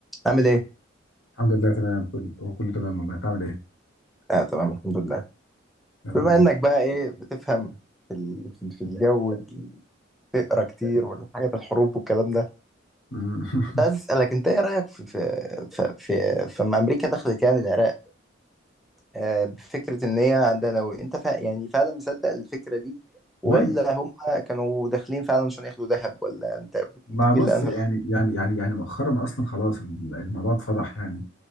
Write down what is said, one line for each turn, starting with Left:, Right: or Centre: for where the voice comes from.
Centre: عامل ايه؟
Left: الحمد لله تمام كله كله تمام والله انت عامل ايه
Centre: اه تمام الحمد لله
Left: يا رب
Centre: بما
Left: دايما
Centre: انك بقى ايه بتفهم في ال... في ال- في الجو تقرا كتير والحاجات الحروب والكلام ده
Left: مم.
Centre: كنت عايز
Left: <laughs>
Centre: اسالك انت ايه رايك في في في في في لما امريكا دخلت يعني العراق آه بفكره ان هي عندها نووي انت فا... يعني فعلا مصدق الفكره دي ولا
Left: والله
Centre: هم كانوا داخلين فعلا عشان ياخدوا ذهب ولا انت
Left: ما
Centre: بتميل
Left: بص
Centre: لانهي
Left: يعني يعني يعني يعني مؤخرا اصلا خلاص ال- الموضوع اتفضح يعني